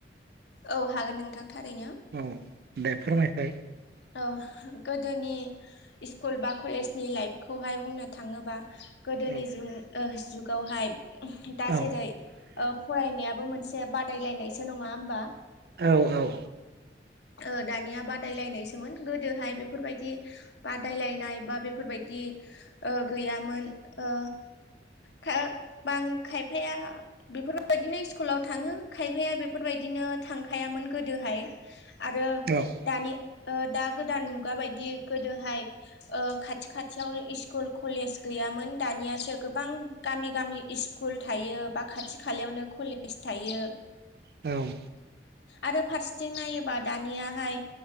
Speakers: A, on the left; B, on the right.
A: औ हागोन नोंथां थारैनो।
B: औ दे फोरमायसाय
A: औ गोदोनि इसकुल बा कलेजनि लाइफखौहाय बुंनो थाङोबा गोदोनि
B: औ
A: जु जुगावहाय दा
B: औ
A: जेरै ओ फरायनायाबो मोनसे बादायलायनायसो नङा होमबा
B: औ औ
A: ओ दानिया बादायलायनायसोमोन गोदोहाय बेफोरबायदि बादायलायनाय बा बेफोरबायदि ओ गैयामोन ओ खा बां खायफाया बेफोरबायदिनो स्कुलाव थाङो खायफाया बेफोरबायदिनो थांखायामोन गोदोहाय आरो
B: औ
A: दानि ओ दा गोदान मुगा बायदि गोदोहाय ओ खाथि खाथियावनो इस्कुल कलेज गैयामोन दानियासो गोबां गामि गामि इस्कुल थायो बा खाथि खालायावनो कलेज थायो
B: औ
A: आरो फारसेथिं नायोबा दानियाहाय